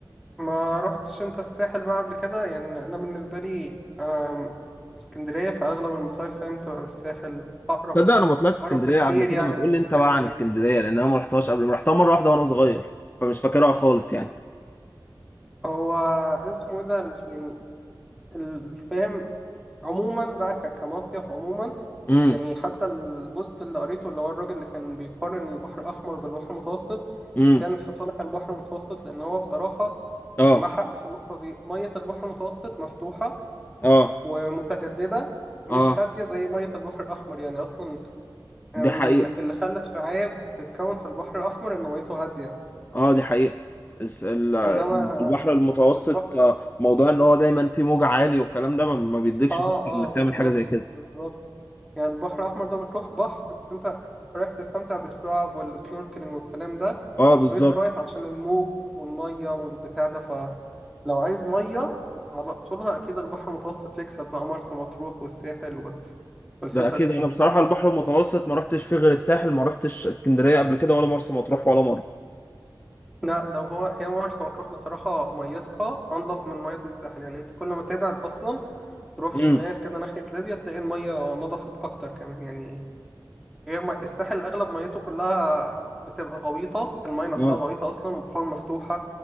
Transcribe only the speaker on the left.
تصدق انا ما طلعتش اسكندرية
قبل كده
ما تقول
لي انت
بقى
عن اسكندرية لان انا ما رحتهاش قبل رحتها مرة واحدة وانا صغير فمش فاكرها خالص يعني
امم
امم
اه
اه
اه
دي حقيقة
اه دي حقيقة الس- ال-
البحر المتوسط
آه، موضوع ان هو دايما فيه موج عالي والكلام ده ما ما بيديكش
فرصة
انك
تعمل حاجة زي كده
اه بالظبط
ده اكيد
انا بصراحة البحر المتوسط ما رحتش فيه غير الساحل ما رحتش اسكندرية قبل كده ولا مرسى مطروح ولا مرة
امم
اه